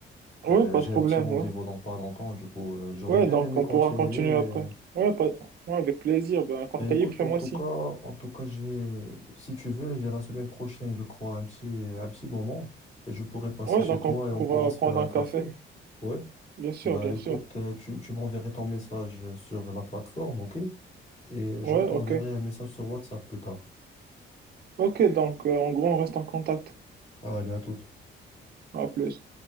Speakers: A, on the right; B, on the left.
A: Oui,
B: Euh,
A: pas
B: j'ai
A: de problème,
B: un petit rendez-vous
A: ouais.
B: dans pas longtemps, du coup, euh, j'aurais
A: Ouais,
B: bien
A: donc
B: aimé
A: on
B: continuer,
A: pourra continuer
B: mais
A: après.
B: euh,
A: Ouais, pas... ouais, avec plaisir. Ben, quand
B: ben
A: t'as
B: écoute,
A: libre, fais-moi
B: en tout
A: signe.
B: cas, en tout cas, j'ai, si tu veux, j'ai la semaine prochaine, je crois, un petit, un petit moment et je pourrais passer
A: Ouais,
B: chez
A: donc
B: toi
A: on
B: et on
A: pourra
B: pourra se
A: prendre
B: faire un
A: un
B: café.
A: café.
B: Ouais.
A: Bien sûr,
B: Ben
A: bien
B: écoute,
A: sûr.
B: euh, tu, tu m'enverrais ton message sur la plateforme, ok? Et
A: Ouais,
B: je t'enverrai
A: ok.
B: un message sur WhatsApp plus tard.
A: Ok, donc euh, en gros, on reste en contact.
B: Allez, à toute.
A: À plus.